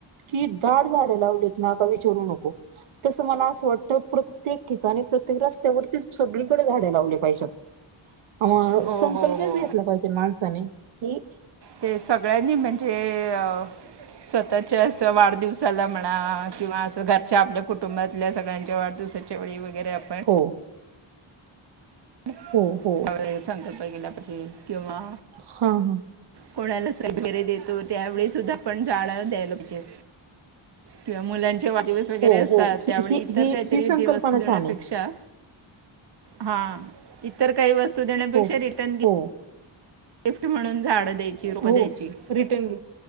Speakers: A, on the right; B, on the right.
A: की दाट झाडे लावलीत ना, का विचरू नको. तसं मला असं वाटतं प्रत्येक ठिकाणी प्रत्येक रस्त्यावरती सगळीकडे झाडे लावली पाहिजेत. अ
B: हो
A: संकल्पच
B: हो हो
A: घेतला पाहिजे माणसाने, की
B: ते सगळ्यांनी म्हणजे अ स्वतःच्या असं वाढदिव साला म्हणा किंवा असं घरच्या आपल्या कुटुंबातल्या सगळ्यांच्या वाढदिवसाच्या वेळी वगैरे आपण
A: हो
B: त्या
A: हो हो
B: वेळेला हे संकल्प केला पाहिजे किंवा
A: हा हा.
B: कोणाला <unintelligible> देतो, त्यावेळी सुद्धा आपण झाडं द्यायला पाहिजेत. किंवा मुलांचे वाढ दिवस वगैरे
A: हो
B: असतात,
A: हो
B: त्यावेळी
A: ही
B: इतर
A: ही
B: काहीतरी
A: ही संकल्पना
B: दे वस्तू देण्यापेक्षा
A: छान आहे
B: हा इतर काही वस्तू देण्यापेक्षा
A: हो
B: रिटर्न गि
A: हो
B: गिफ्ट म्हणून झाडं द्यायची,
A: हो
B: रोपं द्यायची.
A: रिटर्न